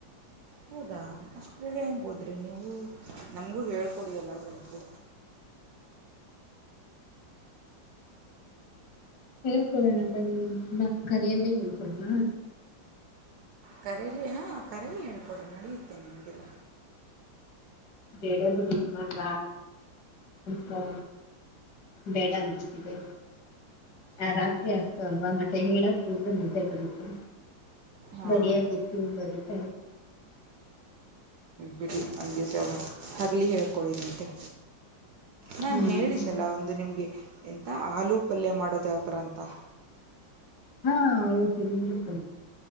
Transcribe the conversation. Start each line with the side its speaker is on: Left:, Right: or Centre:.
Right: ಹೌದಾ ಅಷ್ಟು ಬೇಗ ಹೆಂಗೆ ಹೋದ್ರಿ ನೀವು ನಮಗೂ ಹೇಳ್ಕೊಡಿಯಲ್ಲ ಸ್ವಲ್ಪು
Left: ಹೇಳ್ಕೊಳ್ಳೋಣ ಬನ್ನಿನ್ನ ಕರೆಯಲ್ಲೇ ಹೇಳ್ಕೊಡಣ
Right: ಕರಲಿ ಹಾಂ ಕರಲಿ ಹೇಳ್ಕೊಡು ನಡೆಯುತ್ತೆ ನಮಗೆಲ್ಲ
Left: ಬೇಡದು ಇವಾಗ ಹೌ ಬೇಡ ಅನ್ನಿಸ್ತಿದೆ ಆ
Right: ಹಾಂ
Left: ರಾತ್ರಿ
Right: ಹಾಗೆ
Left: ಆಗ್ತ ಅಲ್ವಾ ಮತ್ತೆ ಹೇಳಕ್ ಕೂತ್ ನಿದ್ದೆ ಬರುತ್ತೆ
Right: ಹಾಂ
Left: ಬರಿಯ ದಿತು ಬರಿತ
Right: ಬಿಡಿ ಅ ಹಗಲಿ ಹೇಳ್ಕೊಳಿರಂತೆ ನಾನು
Left: ಹ್ಮ್
Right: ಹೇಳಿದ್ನಲ್ಲ
Left: ಸರಿ
Right: ಒಂದು ನಿಮಗೆ ಎಂಥ ಆಲೂ ಪಲ್ಯ ಮಾಡೋದು ಯಾವ ಥರ ಅಂತ ಕತ್ತ
Left: ಹಾ ಹೌದು ಇಡ್ತ